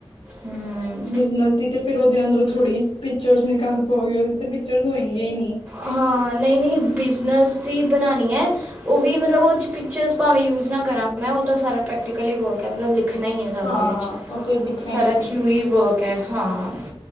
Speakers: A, on the right; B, on the left.
A: ਹੂੰ
B: ਬਿਜ਼ਨਸ ਦੀ ਤੇ ਫੇਰ ਓਦੇ ਅੰਦਰੋਂ ਥੋੜੀ ਪਿੱਚਰਸ ਨਿਕਲ ਪਾਓਗੇ ਓਦੇ ਤੇ ਪਿੱਚਰਸ ਹੋਏਂਗੀਆਂ ਈ ਨੀ।
A: ਹਾਂ, ਨਈ-ਨਈ ਬਿਜ਼ਨਸ ਦੀ ਬਣਾਣੀ ਐ ਓ ਵੀ ਮਤਲਬ ਓਰ 'ਚ ਪਿੱਚਰਸ ਭਾਵੇਂ ਯੂਜ਼ ਨਾ ਕਰਾਂ ਮੈਂ, ਓ ਤਾਂ ਸਾਰਾ ਪ੍ਰੈਕਟੀਕਲ ਈ ਵਰਕ ਐ ਮਤਲਬ ਲਿ ਖਨਾ ਈ ਐ ਜ਼ਿਆਦਾ
B: ਹਾਂ
A: ਓਦੇ 'ਚ।
B: ਉਹ ਤੇ ਲਿਖਣਾ
A: ਸਾਰਾ
B: ਹੀ ਲਿਖਣਾ
A: ਥਿਊਰੀ
B: ਹੈ।
A: ਵਰਕ ਐ, ਹਾਂ।